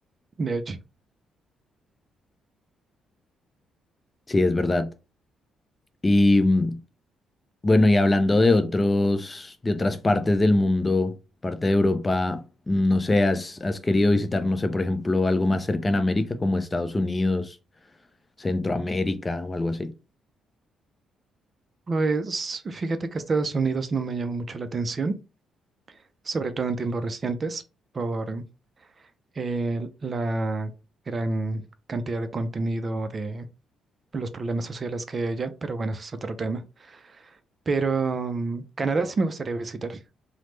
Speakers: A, on the right (about 35°); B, on the left (about 25°).
A: de hecho.
B: Sí, es verdad. Y mm, bueno, y hablando de otros, de otras partes del mundo, parte de Europa, mm, no sé, has, has querido visitar, no sé, por ejemplo, algo más cerca en América, como Estados Unidos, Centroamérica o algo así?
A: Pues fíjate que Estados Unidos no me llama mucho la atención, sobre todo en tiempos recientes, por eh, la gran cantidad de contenido de los problemas sociales que hay allá, pero bueno, eso es otro tema. Pero mm, Canadá sí me gustaría visitar.